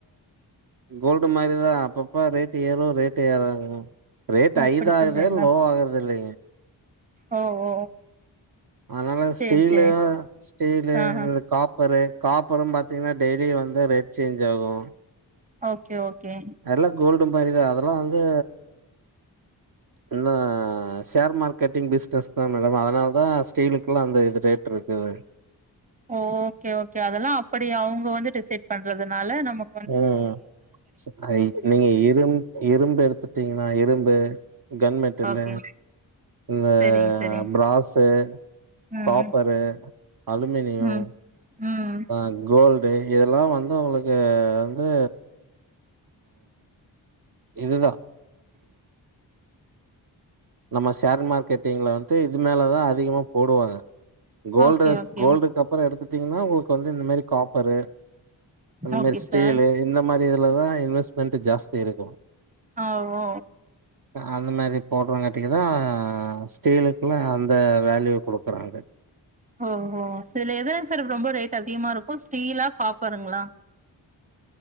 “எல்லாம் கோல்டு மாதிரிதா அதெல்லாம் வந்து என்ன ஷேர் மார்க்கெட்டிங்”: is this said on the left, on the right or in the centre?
Right